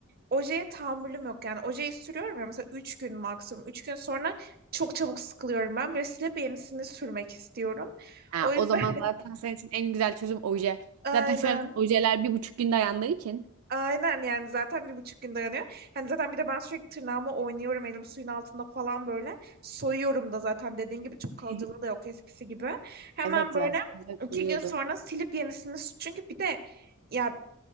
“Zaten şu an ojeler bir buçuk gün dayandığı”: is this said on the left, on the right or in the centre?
Right